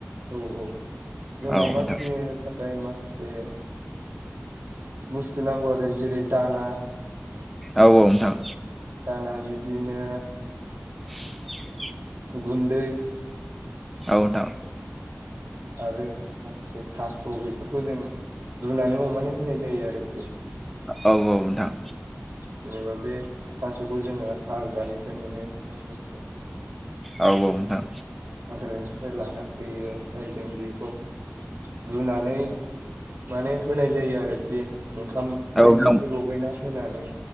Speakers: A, on the right; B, in the centre.
A: औ औ जों
B: औ
A: अमा
B: नोंथां
A: फिसिनो थाखाय माखासे बुस्थु नांगौ आरो जेरै दाना
B: औ औ नोंथां
A: दाना बिदिनो
B: <unintelligible>
A: गुन्दै
B: औथां
A: आरो माखासे थास' बेफोरखौ जों रुनानै अमनानै होनाय जायो आरोखि
B: औ औ नोंथां
A: जेनेबा बे थास'खौ जोङो हार्रानिफ्राय मोनो माखासे
B: औ औाव नथां
A: हाग्रानिफ्राय लाना फैयो ओमफ्राय जों बेखौ रुनानै माने होनाय जायो आरोखि ओंखामजों
B: औ नोंथां
A: एसे लगायना होनानै